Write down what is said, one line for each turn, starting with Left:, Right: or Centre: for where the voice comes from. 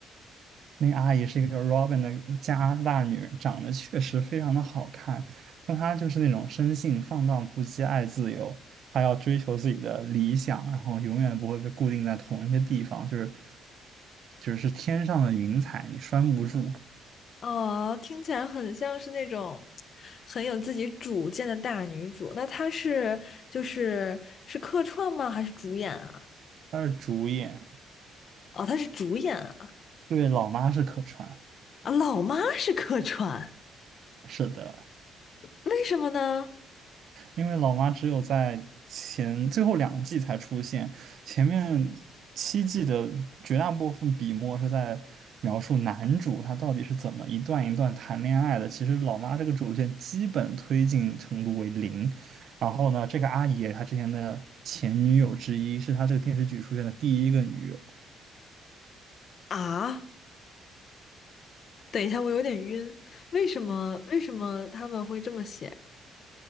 Right: 那个阿姨是一个叫 Robin 的加拿大女人，长得确实非常的好看，但她就是那种生性放荡不羁、爱自由，她要追求自己的理想，然后永远不会被固定在同一个地方，就是就是天上的云彩，你拴不住。
Left: 哦，听起来很像是那种很有自己主见的大女主。那她是就是是客串吗？还是主演啊？
Right: 她是主演，
Left: 哦，她是主演啊！
Right: 对，老妈是可川，
Left: 啊，老妈是客串。
Right: 是的。
Left: 为什么呢？
Right: 因为老妈只有在前最后两季才出现，前面七季的绝大部分笔墨是在描述男主他到底是怎么一段一段谈恋爱的。其实老妈这个主线基本推进程度为零。然后呢，这个阿姨她之前的前女友之一，是她这个电视剧出现的第一个女友。
Left: 啊，等一下，我有点晕。为什么？为什么他们会这么写？